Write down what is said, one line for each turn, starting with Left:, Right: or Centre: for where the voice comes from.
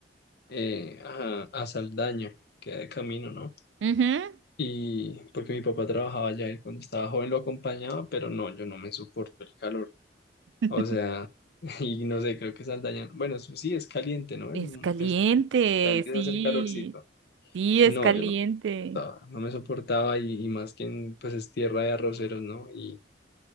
Left: eh, a, a Saldaña, que de camino, ¿no?
Right: Ujú.
Left: Y porque mi papá trabajaba allá y cuando estaba joven lo acompañaba, pero no, yo no me soporto el calor.
Right: <laughs>
Left: O sea, <laughs> y no sé, creo que Saldaña, bueno, eso sí es caliente, ¿no?
Right: Es
Left: Es,
Right: caliente,
Left: es- ya empieza
Right: sí.
Left: a hacer calorcito.
Right: Sí, es
Left: No,
Right: caliente.
Left: yo no, soportaba, no me soportaba y, y más que en, pues es tierra de arroceros, ¿no? Y,